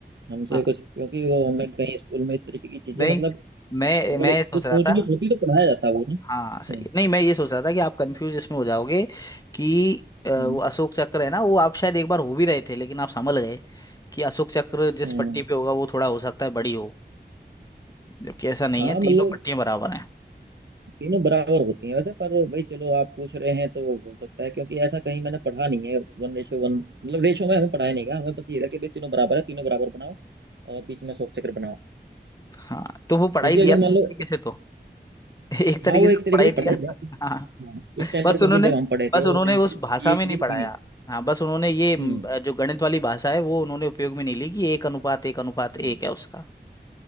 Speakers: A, on the right; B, on the left.
A: हमसे
B: हाँ,
A: कुछ क्योंकि वो हमें कहीं स्कूल में इस तरीके की चीजें
B: नहीं
A: मतलब
B: मैं
A: अगर
B: मैं
A: कुछ
B: सोच रहा
A: ऊंच
B: था
A: नीच होती तो पढ़ाया जाता वो ना
B: हाँ सही
A: हम्म
B: है नहीं मैं ये सोच रहा था कि आप कंफ्यूज इसमें हो जाओगे कि अ, वो
A: हम्म
B: अशोक चक्र है ना वो आप शायद एक बार हो भी रहे थे लेकिन आप समझ गए कि अशोक चक्र जिस
A: हम्म।
B: पट्टी पे होगा वो थोड़ा हो सकता है बड़ी हो जबकि ऐसा नहीं
A: हाँ
B: है
A: मतलब
B: तीनों पट्टियां बराबर हैं
A: तीनों बराबर होती हैं वैसे पर भाई चलो आप पूछ रहे हैं तो हो सकता है क्योंकि ऐसा कहीं मैंने पढ़ा नहीं है वन रेशो वन मतलब रेशो में हमें पढ़ाया नहीं गया हमें बस ये था कि भाई तीनों बराबर है तीनों बराबर बनाओ और बीच में अशोक चक्र बनाओ
B: हाँ तो वो पढ़ाई
A: क्योंकि
B: दिया
A: अगर
B: था
A: मान
B: एक
A: लो
B: तरीके से तो <laughs> एक तरीके
A: हाँ वो
B: से
A: एक तरीके
B: पढ़ाई
A: से
B: दिया
A: पढ़ाया गया
B: <laughs>
A: उस-
B: हाँ
A: हाँ उस टाइम
B: बस
A: पर क्योंकि
B: उन्होंने
A: जब हम पढ़े
B: बस
A: थे
B: उन्होंने
A: उस टाइम
B: उस
A: पर
B: भाषा
A: ये
B: में
A: चीजें
B: नहीं पढ़ाया
A: थी नहीं
B: हाँ बस उन्होंने ये म,
A: हम्म
B: जो गणित वाली भाषा है वो उन्होंने उपयोग में नहीं ली कि एक अनुपात एक अनुपात एक
A: हम्म,
B: है उसका